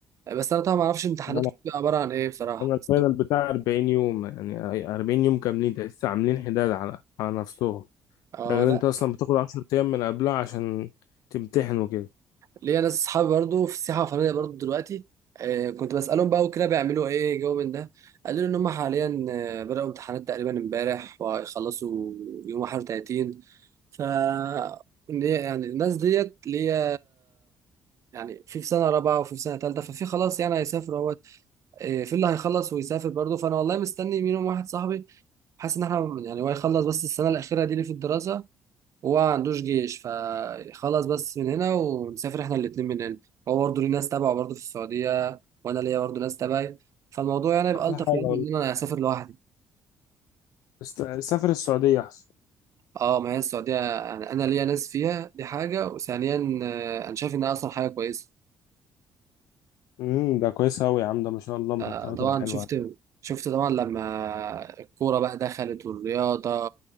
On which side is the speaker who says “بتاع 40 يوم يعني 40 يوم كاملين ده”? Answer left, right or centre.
Left